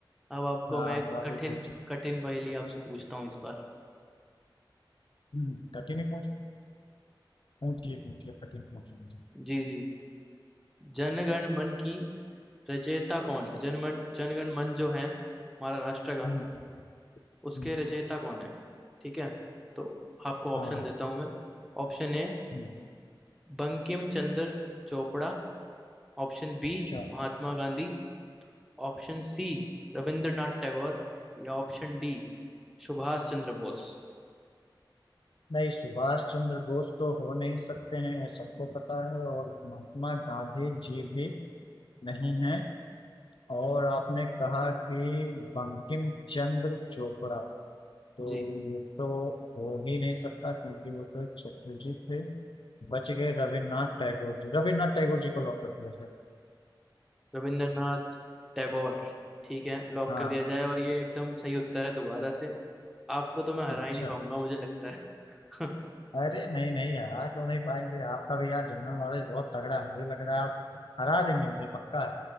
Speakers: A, in the centre; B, on the left (about 75°).
A: अब आपको
B: हाँ
A: मैं
B: बराबर
A: कठिन
B: ये पूछिए
A: कठिन पहेली आपसे पूछता हूँ इस बार
B: हम्म, कठिन ही पूछ पूछिए पूछिए कठिन पूछ लीजिए
A: जी जी जनगण मन की रचयिता कौन है जनमन जनगण मन जो है हमारा राष्ट्रगान
B: हम्म,
A: उसके
B: हम्म,
A: रचयिता कौन है ठीक है तो आपको ऑप्शन
B: हाँ
A: देता हूँ मैं Option A
B: हम्म,
A: Bankim Chandra Chopra Option B
B: अच्छा
A: Mahatma Gandhi Option C Rabindranath Tagore या ऑप्शन डी सुभाष चंद्र बोस
B: नहीं सुभाष चंद्र बोस तो हो नहीं सकते हैं ये सबको पता है और महात्मा गांधी जी भी नहीं है और आपने कहा कि बंकिम चंद्र चोपड़ा तो
A: जी
B: ये तो हो ही नहीं सकता क्योंकि वो तो एक चटर्जी थे बच गए रविन्द्रनाथ टैगोर जी रविन्द्रनाथ टैगोर जी को लॉक कर दिया सर
A: रविंद्रनाथ टैगोर ठीक है लॉक
B: हाँ
A: कर दिया जाए और ये एकदम सही उत्तर है दोबारा से आपको तो मैं हरा
B: अच्छा
A: ही नहीं पाऊंगा मुझे लगता है
B: अरे नहीं नहीं हरा क्यों नहीं पाएंगे आपका भी यार जनरल नॉलेज बहुत तगड़ा है मुझे लग रहा है आप हरा देंगे मुझे पक्का है